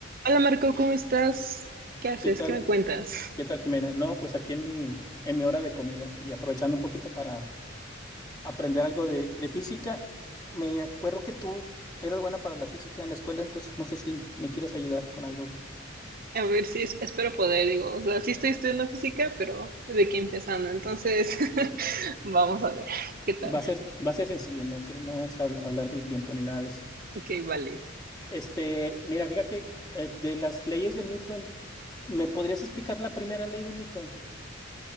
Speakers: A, on the right; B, on the left.
A: Hola Marco, ¿cómo estás? ¿Qué haces?
B: ¿Qué tal?
A: ¿Qué me cuentas?
B: ¿Qué tal, Jimena? No, pues aquí en mi, en mi hora de comida y aprovechando un poquito para aprender algo de, de física, me acuerdo que tú eras buena para la física en la escuela, entonces no sé si me quieres ayudar con algo.
A: A ver si es- espero poder, digo, o sea, sí estoy estudiando física, pero de aquí empezando, entonces <laughs> vamos a ver
B: <laughs>
A: qué tal.
B: Va a ser, va a ser sencillo, no, cre- no vamos a habla- hablar del tiempo ni nada de eso.
A: Ok, vale.
B: Este, mira, fíjate, eh, de las leyes de Newton, ¿me podrías explicar la primera ley de Newton?